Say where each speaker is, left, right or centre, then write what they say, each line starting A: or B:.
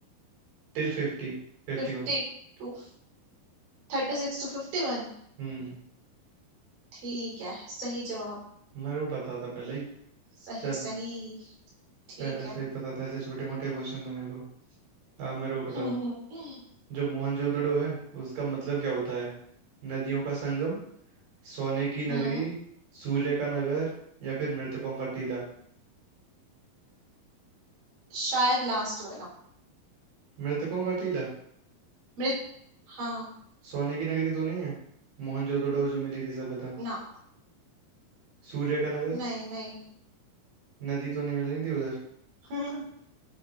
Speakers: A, on the right; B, on the right.
A: टिल फिफ्टी फिफ्टी
B: फिफ्टी
A: वन
B: टू थर्टी सिक्स टू फिफ्टी वन
A: हम्म
B: ठीक है सही जवाब
A: मेरे को पता था पहले ही
B: सही
A: चलो
B: सही ठीक
A: पहले
B: है
A: से ही पता था ऐसे छोटे मोटे क्वेश्चन तो मेरे को आप मेरे को
B: <laughs>
A: बताओ जो मोहनजोदड़ो है उसका मतलब क्या होता है नदियों का संगम सोने की नगरी
B: हम्म
A: सूर्य का नगर या फिर मृतकों का टीला
B: शायद लास्ट वाला
A: मृतकों का टीला
B: मृत हाँ
A: सोने की नगरी तो नहीं है मोहनजोदड़ो जो मिली थी सभ्यता
B: ना
A: सूर्य का नगर
B: नहीं नहीं
A: नदी तो नहीं मिल रही थी उधर
B: <laughs>